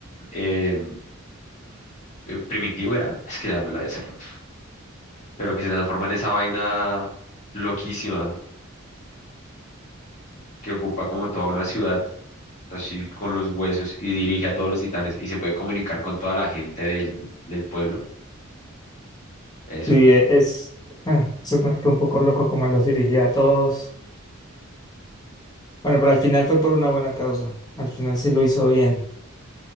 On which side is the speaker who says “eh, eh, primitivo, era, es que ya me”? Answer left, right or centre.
Left